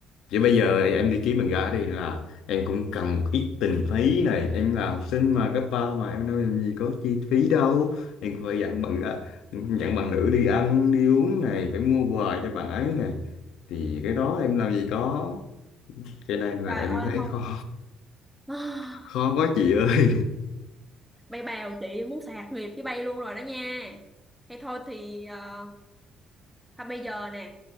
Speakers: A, on the left (about 80°); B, in the centre.
A: chứ bây giờ em đi kiếm bạn gái đi là em cũng cần một ít tình phí này em là học sinh mà cấp ba mà em đâu làm gì có chi phí đâu em phải dặn bằng gái- dặn bằng nữ đi ăn đi uống này phải mua quà cho bạn ấy này thì cái đó em làm gì có cái này là
B: trời
A: em
B: ơi
A: thấy
B: thôi
A: khó
B: <sighs>
A: khó quá chị ơi
B: bay bèo chị muốn sạc nghiệp với bay luôn rồi đó nha hay thôi thì ờ, Thôi bây giờ nè,